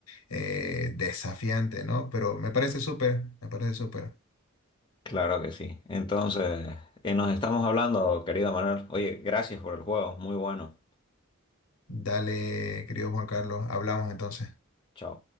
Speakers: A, on the left; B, on the left.
A: eh, desafiante, ¿no? Pero me parece súper, me parece súper.
B: Claro que sí. Entonces, eh, nos estamos hablando, querido Manuel. Oye, gracias por el juego, muy bueno.
A: Dale, querido Juan Carlos, hablamos entonces.
B: Chao.